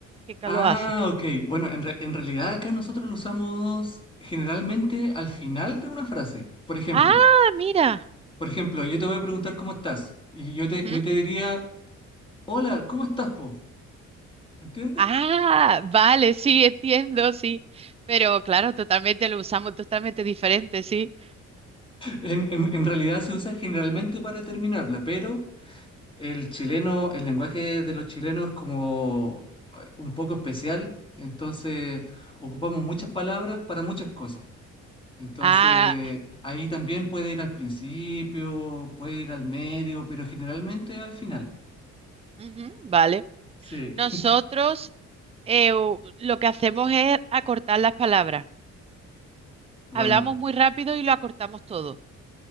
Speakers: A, on the right (about 20°); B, on the left (about 15°).
A: qué calor
B: Ah,
A: hace.
B: ok. Bueno, en, re- en realidad acá nosotros lo usamos generalmente al final de una frase. Por ejemplo,
A: Ah, mira.
B: por ejemplo, yo te voy a preguntar cómo estás y yo te,
A: Ujú.
B: yo te diría, hola, ¿cómo estás, po? ¿Entiendes?
A: Ah,
B: <laughs>
A: vale, sí, entiendo, sí. Pero claro, totalmente lo usamos totalmente diferente, sí.
B: En, en- en realidad se usa generalmente para terminarla, pero el chileno, el lenguaje de los chilenos es como eh, un poco especial, entonces ocupamos muchas palabras para muchas cosas. Entonces,
A: Ah,
B: ahí también puede ir al principio, puede ir al medio, pero generalmente al final.
A: ujú, vale.
B: Sí.
A: Nosotros eh, u- lo que hacemos es acortar las palabras.
B: Bueno,
A: Hablamos muy rápido y lo acortamos todo.